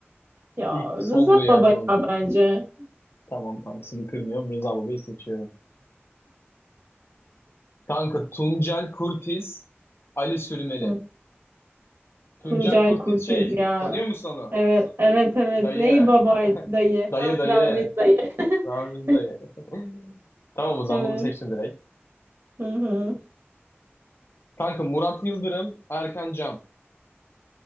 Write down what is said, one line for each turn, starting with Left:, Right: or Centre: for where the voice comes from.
Right: Ya
Left: İlk sondu
Right: Rıza
Left: yani
Right: Baba
Left: onun.
Right: ya bence.
Left: Tamam kanka seni kırmıyorum Rıza Baba'yı seçiyorum. Kanka Tuncel Kurtiz, Ali Sürmeli.
Right: Hı,
Left: Tuncel
Right: Tuncel
Left: Kurtiz
Right: Kurtiz
Left: şey
Right: ya.
Left: tanıyor musun onu?
Right: Evet, evet, evet.
Left: Dayı,
Right: Ney babay dayı?
Left: dayı
Right: Ha,
Left: dayı.
Right: Ramiz dayı. <laughs>
Left: Ramiz dayı. <laughs> Tamam o zaman
Right: Evet.
Left: bunu seçtim direkt.
Right: Hı hı.
Left: Kanka Murat Yıldırım, Erkan Can.